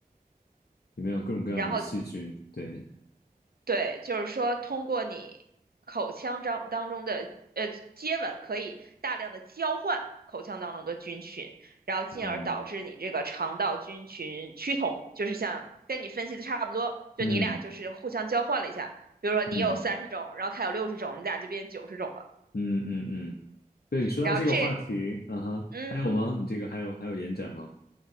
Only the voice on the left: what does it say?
里面有各种各样的细菌。
对，
嗯
嗯
嗯
嗯嗯嗯，对你说到这个话题，
啊哈，
还有吗？你这个还有还有延展吗？